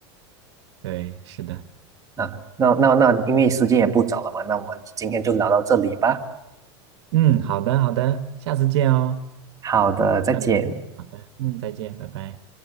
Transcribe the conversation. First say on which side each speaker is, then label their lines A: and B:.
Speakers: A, on the right (about 70°); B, on the right (about 20°).
A: 对，是的，
B: 啊，那那那，因为时间也不早了嘛，那我们今天就聊到这里吧。
A: 嗯，好的好的，下次见哦。
B: 好的，再见。
A: 嗯，好的，嗯，再见，拜拜。